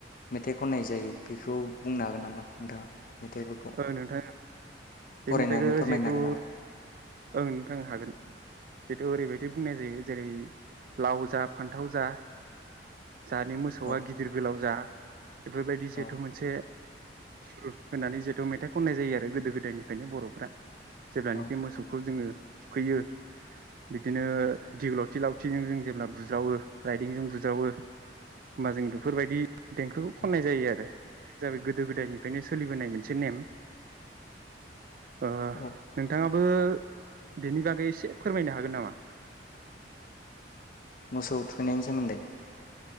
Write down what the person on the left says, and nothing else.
मेथाइ खननाय जायो बेखौ बुंनो हागोन नामा नोंथाङा मेथाइफोरखौ
फरायनानै
फोरमायनो
हागोन नामा
औ
औ
औ
औ
औ
मोसौ थुखैनायनि सोमोन्दै